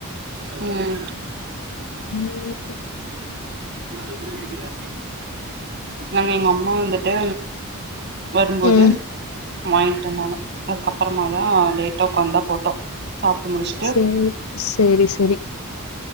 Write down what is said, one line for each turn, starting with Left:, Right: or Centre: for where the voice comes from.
Right: ம்
Left: நீங்க என்ன
Right: நா <unintelligible> நாங்க எங்க அம்மா வந்துட்டு வரும்போது
Left: ம்
Right: வாய்ன்ட்டு வந்தாங்க அதுக்கப்புறமாதா லேட்டா ஒக்காந்தா போட்டோ சாப்ட்டு முடிஷ்
Left: சேர் சேரி சேரி